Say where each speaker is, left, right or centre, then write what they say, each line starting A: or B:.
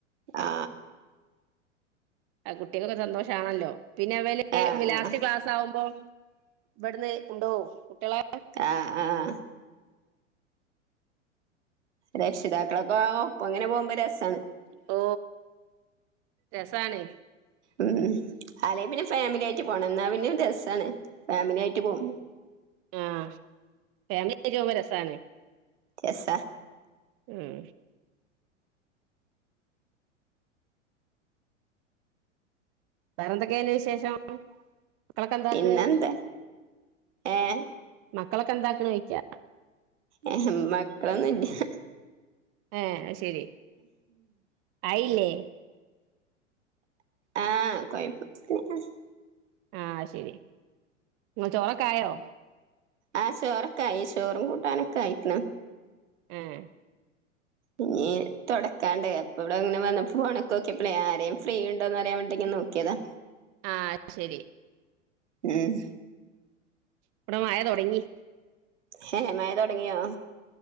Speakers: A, on the right; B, on the right.
A: ആ
B: ആ കുട്ടികക്കൊക്കെ സന്തോഷാണല്ലോ പിന്നെ അവല്
A: ആഹ് ആഹ്
B: ലാസ്റ്റ് ക്ലാസ് ആകുമ്പോ ഇവിടന്ന് ഉണ്ടോ കുട്ട്യോളെ
A: ആഹ് ആഹ് രക്ഷിതാക്കളൊക്കെ ഒപ്പം അങ്ങനെ പോകുമ്പോ രസാണ്
B: ഓ രസാണെ
A: ഉം അല്ലെങ്കി പിന്നെ ഫാമിലി ആയിട്ട് പോണം ഇന്നാ പിന്നെ ഒരു രസാണ് ഫാമിലി ആയിട്ട് പോന്നു
B: ആ ഫാമില്യായിട്ട് പോവുമ്പോ രസാണ്
A: രസ
B: ഉം വേറെ എന്തൊക്കെയില് വിശേഷം മക്കളൊക്കെ എന്താക്കണ്
A: പിന്നെന്തേ ഏ
B: മക്കളൊക്കെ എന്താക്കണ് ഓ യ്ക്കാ
A: ഏ മക്കളൊന്നും ഇല്ല
B: എ അയ്ശ ശരി ആയില്ലേ
A: ആഹ് കൊയ്പ്പം <unintelligible>
B: ആഹ് ശരി നിങ്ങ ചോറൊക്കായോ
A: ആഹ് ശോറൊക്കെ ആയി ശോറും കൂട്ടാനൊക്കെ ആയിക്കണ്
B: ഉം
A: ഇനി തൊടക്കാണ്ടേ അപ്പ ഇവടെ ഇങ്ങനെ വന്നപ്പോ ഫോണൊക്കെ ഓക്കിയപ്പഴേ ആരേം ഫ്രീ ഇണ്ടോന്നറിയാൻ വേണ്ടിങ്കെ നോക്കിയതാ
B: ആഹ് ശരി
A: ഉം
B: ഇവടെ മയ തൊടങ്ങി
A: ഹേ മയ തൊട തൊടങ്ങിയോ